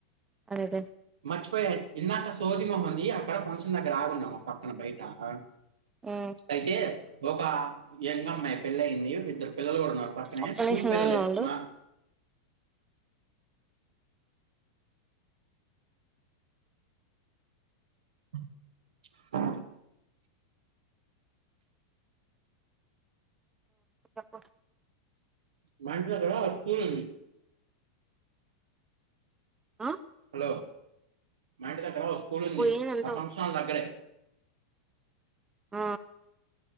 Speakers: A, on the right; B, on the right.
A: అరే దే
B: లక్ష్మయ్య ఇందాక సోది మొఖం ది అక్కడ ఫంక్షన్ దగ్గర ఆగి ఉన్నాం ఓక పక్కన బయట అ
A: ఉమ్
B: అయితే ఒక ఎంగ్ అమ్మాయి పెళ్లి అయింది ఇద్దరు పిల్లలు కూడా ఉన్నారు పక్కనే
A: ఒక్క
B: స్కూల్
A: నిమిషం
B: పిల్లలే
A: లైన్ లో ఉండు
B: మా బుర్రు
A: చెప్పు
B: మా ఇంటి దగ్గర ఓ స్కూల్ ఉంది
A: ఆ
B: హలో! మా ఇంటి దగ్గరా ఓ స్కూల్ ఉంది
A: పోయేదంతో
B: ఆ ఫంక్షన్ హాల్ దగ్గరే
A: ఆ